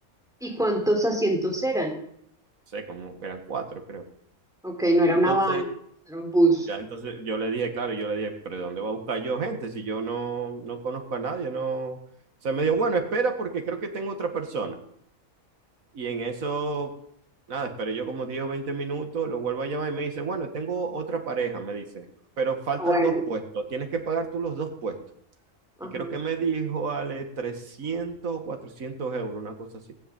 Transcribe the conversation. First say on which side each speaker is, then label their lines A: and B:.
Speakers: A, in the centre; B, on the right.
A: ¿Y cuántos asientos eran?
B: sé, como que eran cuatro, creo.
A: Ok, no era
B: Entonces,
A: una van, era un bus.
B: ya, entonces yo le dije, claro, yo le dije, pero ¿de ¿dónde voy a buscar yo gente si yo no, no conozco a nadie? No... O sea, me dijo, bueno, espera porque creo que tengo otra persona. Y en eso, nada, esperé yo como 10 o 20 minutos, lo vuelvo a llamar y me dice, bueno, tengo otra pareja, me dice, pero faltan
A: Ah, bueno,
B: dos puestos, tienes que pagar tú los dos puestos.
A: ajá.
B: Y creo que me dijo, Ale, 300 o 400 euros, una cosa así.